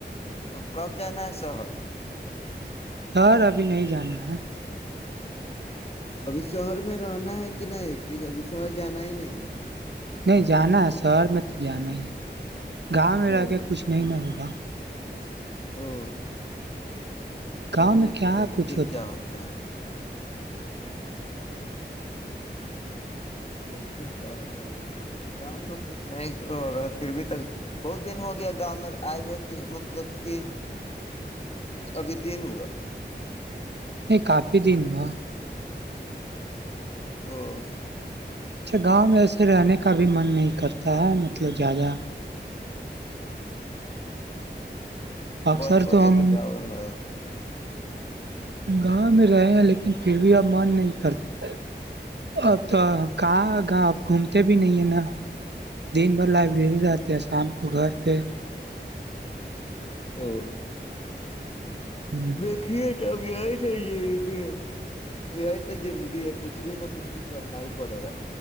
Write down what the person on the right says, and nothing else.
سر ابھی نہیں جانا ہے
نہیں جانا ہے شہر میں تو جانا ہی ہے گاؤ میں
رہ کے کچھ نہیں نہ ہوگا
گاؤں میں
کیا
کچھ
نہیں کافی دن ہوا
اچھا گاؤں میں ایسے رہنے کا بھی من نہیں کرتا ہے مطلب زیادہ اکثر
تو
ہم
گاؤں میں رہے ہیں لیکن پھر بھی اب من نہیں کرتا اب تو کہاں گا اب گھومتے بھی نہیں ہیں نا دن بھر لائبریری رہتے ہیں شام کو گھر پہ
ہاں